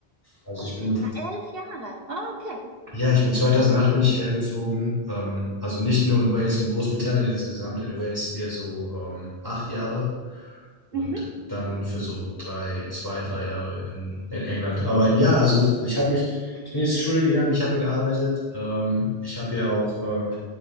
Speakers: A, on the left; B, on the right.
A: Also ich bin,
B: Ah, elf Jahre. Ah, okay.
A: ja, ich bin 2008 bin ich hierher gezogen. Ähm, also nicht nur in Wales, in Großbritannien insgesamt. In Wales eher so ähm, acht Jahre und
B: Mhm.
A: dann für so drei, zwei, drei Jahre in, in England. Aber ja, also ich habe mich, ich bin jetzt zur Schule gegangen, ich habe hier gearbeitet. Ähm, ich habe hier auch, äh,